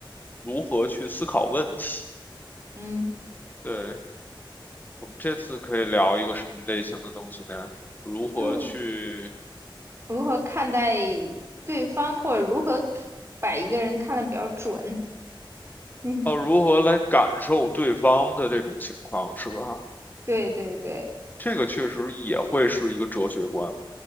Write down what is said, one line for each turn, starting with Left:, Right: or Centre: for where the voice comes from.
Left: 如何去思考问题。
Right: 嗯，
Left: 对，我们这次可以聊一个什么类型的东西呢？如何去，
Right: 就如何看待对方，或者如何把一个人看得比较准。<laughs> 嗯，
Left: 哦，如何来感受对方的这种情况，是吧？
Right: 对对对，
Left: 这个确实也会是一个哲学观。